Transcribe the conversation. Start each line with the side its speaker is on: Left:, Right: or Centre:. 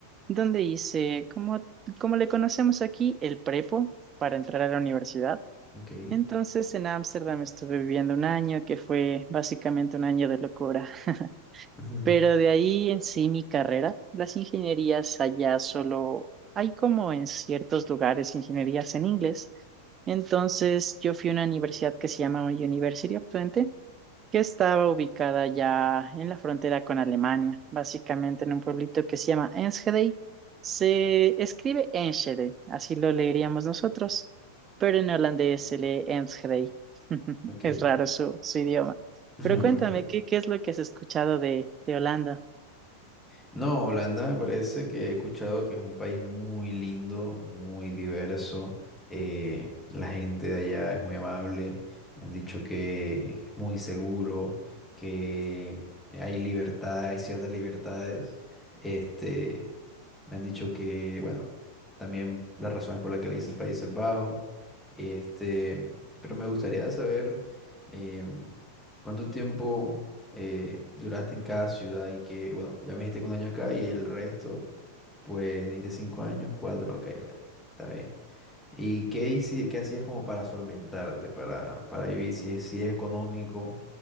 Right: donde hice, como, como le conocemos aquí, el prepo para entrar a la universidad.
Centre: Ok,
Right: Entonces, en Ámsterdam estuve viviendo un año que fue básicamente un año de locura.
Centre: <laughs>
Right: Pero de ahí en sí mi carrera, las ingenierías allá solo hay como en ciertos lugares ingenierías en inglés. Entonces yo fui a una universidad que se llama University of Twente que estaba ubicada ya en la frontera con Alemania, básicamente en un pueblito que se llama Enschede. Se escribe Enschede, así lo leeríamos nosotros, pero en holandés se lee Enschede. <laughs>
Centre: ok,
Right: Es raro su, su idioma.
Centre: <laughs>
Right: Pero cuéntame,
Centre: Perfecto.
Right: ¿qué, qué es lo que has escuchado de, de Holanda?
Centre: No, Holanda me parece que he escuchado que es un país muy lindo, muy diverso. eh, la gente de allá es muy amable. Me han dicho que es muy seguro, que hay libertad, hay ciertas libertades. Este, me han dicho que, bueno, también las razones por las que le dicen Países Bajos. Este, pero me gustaría saber eh, cuánto tiempo eh, duraste en cada ciudad y que, bueno, ya me dijiste que un año acá y el resto, pues dijiste cinco años, cuatro, ok, bueno, está bien. ¿Y qué, hici- qué hacías como para solventarte, para, para vivir, si es, si es económico,